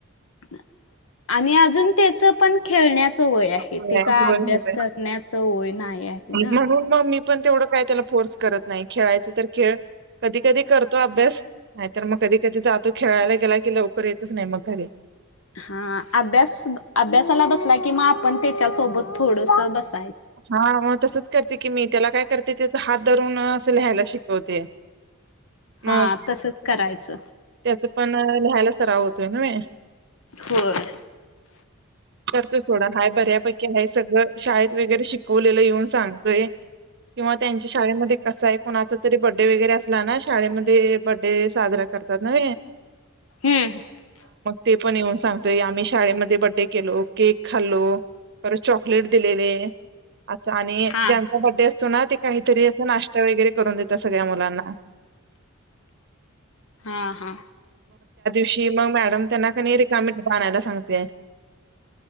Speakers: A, on the left; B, on the right.
A: <inaudible> आणि अजून त्यास पण खेळण्या वय आहे
B: होय,
A: ते का
B: होय,
A: अभ्यास
B: होय.
A: करण्याच वय नाही आहे ना
B: म्हणून मग मी पण तेवढं काय त्याला फोर्स करत नाही खेळायच तर खेळ कधी कधी करतो अभ्यास नाही तरर मग कधी कधी जातो खेळायला गेला की लवकर येतच नाही मग घरी
A: हा अभ्यास अभ्यासाला बसला कि म आपण त्याच्यासोबत थोडस बस
B: हा मग तसच करते की मी त्याला काय ते त्याच हात धरून अस लिहायला शिकवते
A: हा
B: मग
A: तसच करायचं.
B: त्याच पण लिहायला सरावंत. न म
A: होय.
B: <unintelligible> करतो सथोडा हाय बऱ्यापैकी. आहे सगळं शा <unintelligible> वगैरे शिकवलेलं येऊन सांगतोय, किंवा त्यांच्या शाळेमध्ये कसं आहे, कोुणाचा तरी बर्डे वगैरे असला ना, शाळेमध्ये बर्डे साजरा करतात ना.
A: हम्म <unintelligible>
B: ते पण येऊन सांगतोय आम्ही शाळेमध्ये बड्डे केलो, केक खाल्लो परत चॉकलेट दिलेले. अच्छा आणि
A: हा
B: ज्यांचा बड्डे अस. ना ते काहीतरी अस नाश्ता वगैरे करून देत सगळ्या मुलांना.
A: हा हा.
B: शी मग मॅडम त्यांना क रिकामें बयला सांगते.